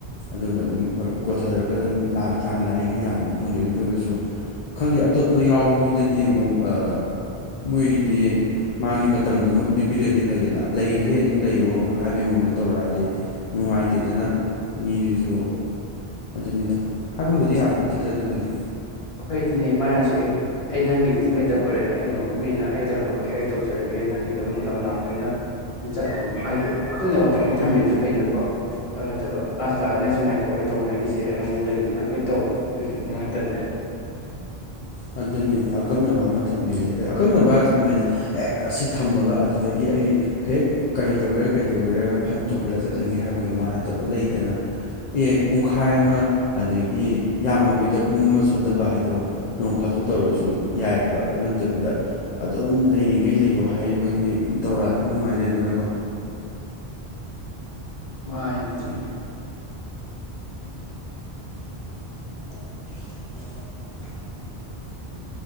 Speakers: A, on the left; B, on the left.
A: ꯑꯗꯨꯒ ꯑꯗꯨꯝ ꯍꯣꯏ ꯀꯣꯊꯖꯔꯒ ꯑꯗꯨꯝ ꯌꯥꯝ ꯂꯥꯏ ꯌꯥꯝꯕꯗꯨ ꯐꯪꯗꯣꯏꯅꯤ ꯑꯗꯨꯒꯁꯨ ꯈꯪꯗꯦ ꯑꯇꯣꯞꯄ ꯑꯩꯈꯣꯏ ꯌꯥꯎꯕ ꯃꯤꯗꯗꯤ ꯗꯤ ꯑꯃꯨꯛ ꯑꯥ ꯃꯣꯏꯒꯤꯗꯤ ꯃꯥꯒꯤ ꯃꯇꯝꯗꯨꯃ ꯄꯤꯕꯤꯔꯗꯤ ꯐꯩꯗꯅ ꯂꯩꯔꯤꯡꯈꯩ ꯑꯗꯨꯝ ꯂꯩꯌꯣ ꯍꯥꯏꯕꯩ ꯃꯑꯣꯡꯗ ꯇꯧꯔꯛꯑꯗꯤ ꯅꯨꯡꯉꯥꯏꯇꯦꯗꯅ ꯃꯤꯁꯤꯁꯨ ꯑꯗꯨꯅꯤꯗ ꯍꯥꯏꯕꯕꯨꯗꯤ ꯌꯥꯕꯠꯇꯦꯗ ꯑꯗꯨꯕꯨꯗꯤ
B: ꯐꯩ ꯑꯗꯨꯅꯦ ꯃꯥꯅꯁꯨ ꯑꯦ ꯑꯩ ꯅꯪꯒꯤꯗꯤ ꯁꯃꯤꯗꯪ ꯑꯣꯏꯔꯒꯦ ꯑꯩꯅ ꯑꯃ ꯄꯨꯏꯅ ꯑꯩꯗ ꯍꯧꯔꯒꯦ ꯑꯩ ꯇꯧꯖꯔꯒꯦ ꯅꯪꯒꯤꯗꯤ ꯑꯃꯨꯛꯗ ꯂꯥꯛꯄꯅꯤꯅ ꯆꯠꯈꯣ ꯍꯥꯏꯗꯤ ꯑꯀꯪꯗꯕ ꯃꯇꯝ ꯑꯃ ꯊꯝꯕꯤꯔꯗꯤ ꯐꯩꯗꯅꯀꯣ ꯑꯗꯨ ꯅꯠꯇꯕ ꯑꯁꯨ ꯂꯥꯛꯑ ꯅꯪꯁꯨ ꯉꯥꯏꯈꯣ ꯑꯩ ꯇꯧꯃꯤꯟꯅꯈꯤꯁꯦ ꯍꯥꯏꯕ ꯃꯑꯣꯡ ꯂꯩꯕ ꯑꯗꯨꯃꯥꯏꯅ ꯂꯣꯏ ꯇꯧꯕꯅꯦ ꯑꯗꯨꯗꯨꯗꯤ ꯅꯨꯡꯉꯥꯏꯇꯕꯅꯦꯕ
A: ꯑꯗꯨꯅꯤꯗ ꯑꯀꯛꯅꯕ ꯑꯃ ꯊꯝꯕꯤꯔꯗꯤ ꯐꯩ ꯑꯀꯛꯅꯕ ꯊꯃꯅ ꯍꯦꯛ ꯑꯁꯤ ꯊꯝꯕꯒ ꯑꯗꯨꯗꯒꯤ ꯑꯩ ꯍꯦꯛ ꯀꯔꯤ ꯇꯧꯒꯦꯔꯥ ꯀꯔꯤ ꯇꯧꯒꯦꯔꯥ ꯐꯟ ꯆꯣꯡꯈꯠꯂ ꯆꯠꯂꯒꯦ ꯍꯥꯏꯕꯒꯤ ꯋꯥ ꯅꯠꯇꯕ ꯂꯩꯗꯅ ꯑꯦ ꯄꯨꯡꯈꯥꯏ ꯑꯃ ꯑꯗꯒꯤ ꯌꯥꯝꯃꯕꯤꯗ ꯄꯨꯡ ꯑꯃ ꯆꯣꯟꯗꯕ ꯍꯥꯏꯗꯣ ꯅꯣꯡ ꯐꯥꯗꯣꯛ ꯇꯧꯔꯁꯨ ꯌꯥꯏ ꯍꯥꯏꯕ ꯑꯗꯨ ꯅꯠꯇꯕꯤꯗ ꯑꯗꯨꯝ ꯂꯩꯔꯤꯉꯩ ꯂꯩꯌꯣ ꯍꯥꯏꯩꯕꯒꯤ ꯑꯗꯨꯝ ꯇꯧꯔꯛꯑꯗꯤ ꯅꯨꯡꯉꯥꯏꯖꯦꯗꯅꯀꯣ
B: ꯃꯥꯉ ꯑꯗꯨꯅꯤ <inaudible>